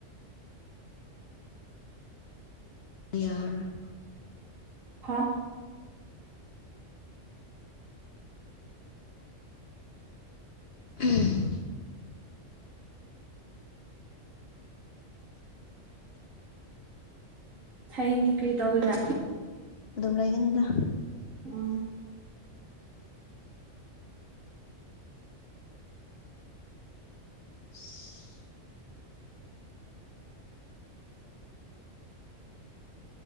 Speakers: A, on the left; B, on the right.
A: ꯇꯌꯥꯔ <inaudible>
B: ꯍꯥ
A: ꯎꯝ
B: ꯍꯌꯦꯡꯗꯤ ꯀꯔꯤ ꯇꯧꯒꯦꯔꯥ
A: ꯑꯗꯨꯝ ꯂꯩꯒꯅꯤꯗ
B: ꯎꯝ
A: <unintelligible>